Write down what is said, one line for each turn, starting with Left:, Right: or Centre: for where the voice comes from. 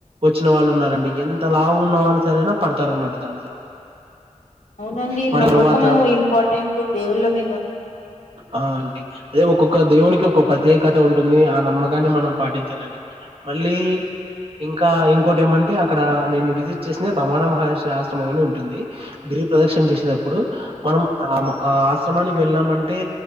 Right: వచ్చిన వాళ్ళు ఉన్నారండి ఎంత లావు ఉన్న వాళ్ళు సరనా పడు తార అన్నమాట దాంట్లో
Left: అవునండి
Right: మ
Left: నమ్మకము
Right: తరువాత
Left: ఇంపార్టెంట్ దేవుళ్ళ మీద
Right: ఆ అండి అదే ఒక్కొక్క దేవునికి ఒక ప్రత్యేకత ఉంటుంది ఆ నమ్మకాన్ని మనం పాటించాలండి మళ్ళీ ఇంకా ఇంకోటి ఏమంటే అక్కడ నేను విజిట్ చేసిన రవాణా మహర్షి ఆశ్రమం అని ఉంటుంది. గిరి ప్రదక్షిణ చేసేటప్పుడు మనం ఆ ఆ ఆశ్రమానికి వెళ్ళామంటే